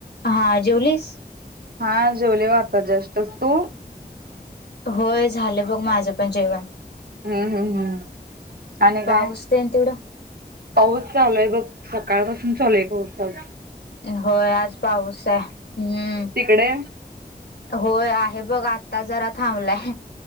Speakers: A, on the left; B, on the right.
A: हा जेवलीस.
B: हा, जेवले वाटतं जस्ट तू.
A: होय झालं बघ माझं पण जेवण.
B: हम्म, हम्म, हम आणि
A: पाऊस
B: काय?
A: तेन तिकडं?
B: पौष चालूय बघ, सकाळपासून चालूय एक वसाच.
A: होय, आज पाऊस आहे. हम्म.
B: तिकडे?
A: होय, आहे बघ. आत्ता जरा थांबलाय.